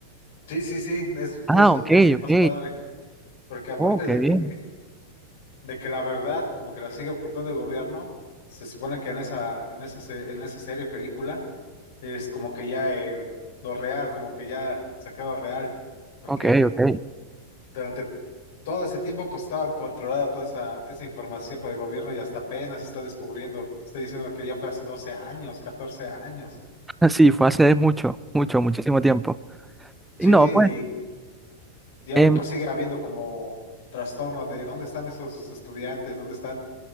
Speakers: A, on the left; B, in the centre.
A: sí, sí, sí, es,
B: Ah,
A: es lo
B: ok,
A: que es
B: ok.
A: más padre. Porque aparte
B: Oh, qué
A: de
B: bien.
A: que, de que la verdad como que la sigue ocultando el gobierno, se supone que en esa, en esa, se- en esa serie, película, es como que ya el- lo real, como que ya sacado real. Porque
B: Ok, ok.
A: durante todo ese tiempo, pues estaba controlada toda esa, esa información por el gobierno y hasta apenas se está descubriendo. Te estoy diciendo que ya fue hace 12 años, catorce años.
B: <laughs> Sí, fue hace mucho, mucho, muchísimo tiempo. Y
A: Sí,
B: no, pues,
A: y, y aún
B: em,
A: pues sigue habiendo como trastorno de dónde están esos estudiantes, dónde están,